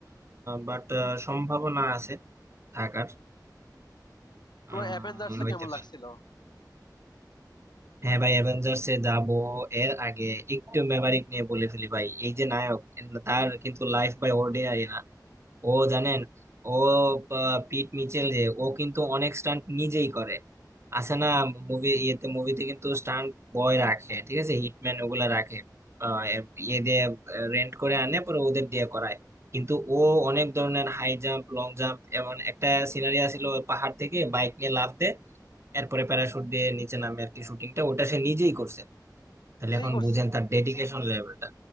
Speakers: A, on the right (about 40°); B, on the left (about 80°).
A: বাট সম্ভাবনা আছে থাকার
B: তোমার
A: আহ,
B: অ্যাভেঞ্জার্স এ
A: হইতে
B: কেমন লাগছিল
A: পারে হ্যাঁ ভাই অ্যাভেঞ্জার্স এ যাবো এর আগে একটু মেমারিক নিয়ে বলে ফেলি ভাই এই যে নায়ক তার কিন্তু লাইফ বাই অর্ডিনারি না ও জানেন ও আহ, পিট মিচেল যে ও কিন্তু অনেক স্টান্ট নিজেই করে আছে না মুভি ইয়েতে মুভিতে কিন্তু স্টান্ট বয় রাখে ঠিক আছে হিটম্যান ওগুলা রাখে আহ, এ- ইয়ে দিয়ে রেন্ট করে আনে পরে ওদের দিয়ে করায় কিন্তু ও অনেক ধরনের হাই জাম্প লং জাম্প এমন একটা সিনারি ছিল পাহাড় থেকে বাইক নিয়ে লাফ দেয় এরপরে প্যারাশুট দিয়ে নিচে নামে আর কি শুটিংটা ওটা সে নিজেই করছে তাহলে
B: নিজেই
A: এখন
B: করছে
A: বুঝেন তার ডেডিকেশন লেভেলটা